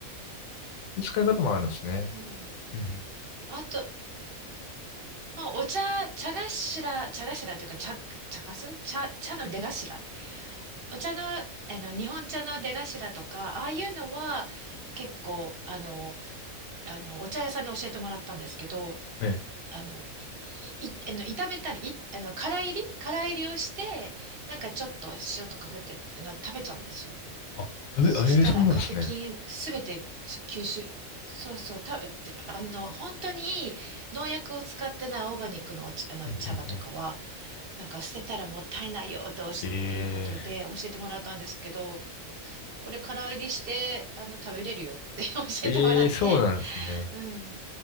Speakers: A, on the left; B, on the right.
A: そういう使い方もあるんですね。
B: そう。
A: うん。
B: あと、まあ、お茶、茶頭、茶頭っていうか、茶、茶かす茶、茶の出頭。お茶の、あの、日本茶の出頭とか、ああいうのは、結構、あの、あの、お茶屋さんに教えてもらったんですけど、
A: はい。
B: あの、い、い、いあの、炒めたり、い、あの、空炒り空炒りをして、なんかちょっと塩とか振って、あの、食べちゃうんですよ。
A: あ、
B: そしたらカテキンすべて吸収。
A: 食べ、ええーそうなんですね。
B: そうそう、た、であの、本当にいい農薬を使ってないオーガニックのお茶、あの茶葉とかは、
A: うんうんうん
B: なんか捨てたらもったいないよとしっていうことで教えてもらったんですけど、
A: え
B: これから入りして、あの、食べれるよって <laughs> 教えてもらって、
A: えええそうなんですね。
B: うん。